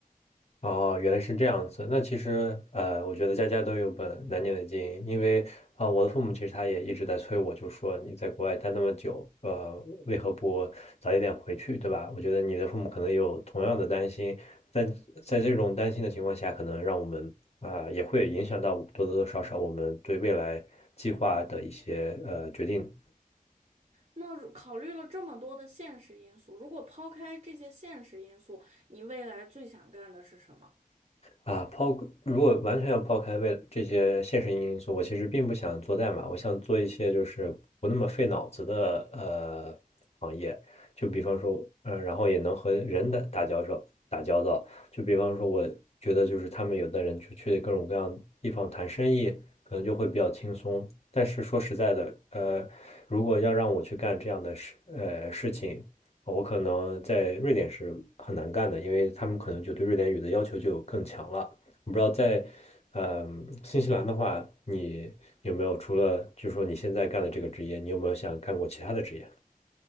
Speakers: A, on the left; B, on the right.
A: 哦，原来是这样子。那其实，呃，我觉得家家都有本难念的经，因为啊、我的父母其实他也一直在催我，就说你在国外待那么久，呃，为何不早一点回去，对吧？我觉得你的父母可能也有同样的担心，但在这种担心的情况下，可能让我们啊、也会影响到多多少少我们对未来计划的一些呃决定。
B: 那如考虑了这么多的现实因素，如果抛开这些现实因素，你未来最想干的是什么？
A: 啊，抛，如果完全要抛开为这些现实因素，我其实并不想做代码，我想做一些就是不那么费脑子的呃行业，就比方说，嗯、然后也能和人打打交道，打交道，就比方说，我觉得就是他们有的人去去各种各样地方谈生意，可能就会比较轻松。但是说实在的，呃，如果要让我去干这样的事，呃，事情。我可能在瑞典是很难干的，因为他们可能就对瑞典语的要求就更强了。我不知道在，呃，新西兰的话，你有没有除了就是说你现在干的这个职业，你有没有想干过其他的职业？